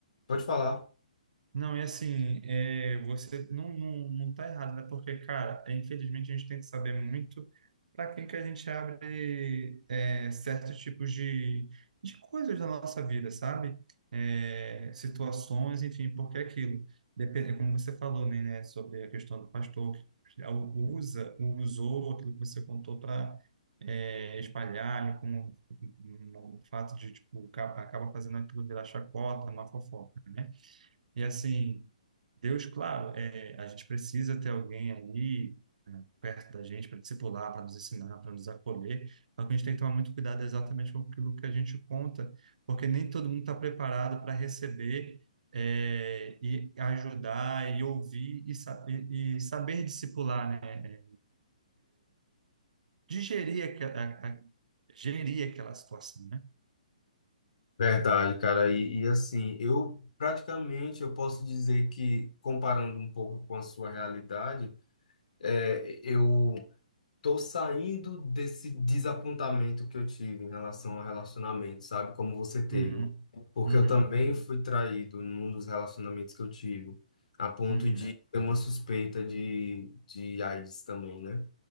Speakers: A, on the left (about 75°); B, on the right (about 70°).
A: Pode falar.
B: Não, e assim, é, você não, não, não tá errado, né? Porque, cara, é, infelizmente a gente tem que saber muito para quem que a gente abre é, certos tipos de, de coisas da nossa vida, sabe? É, situações, enfim, porque é aquilo. Depende, como você falou, né, né, sobre a questão do pastor que usa, usou aquilo que você contou para espalhar, e como um, um fato de, tipo, acaba acaba fazendo aquilo virar chacota, uma fofoca, né? E assim. Deus, claro, é, a gente precisa ter alguém ali é, perto da gente para discipular, para nos ensinar, para nos acolher. Só que a gente tem que tomar muito cuidado exatamente com aquilo que a gente conta, porque nem todo mundo está preparado para receber é, e ajudar e ouvir e, sa- e- e saber discipular, né? Digerir aque- a- a- gerir aquela situação, né?
A: Verdade, cara. E, e assim, eu praticamente eu posso dizer que comparando um pouco com a sua realidade, é, eu Tô saindo desse desapontamento que eu tive em relação ao relacionamento, sabe? Como você teve.
B: Uhum,
A: Porque
B: uhum,
A: eu também fui traído num dos relacionamentos que eu tive, a ponto
B: uhum.
A: de ter uma suspeita de, de AIDS também, né?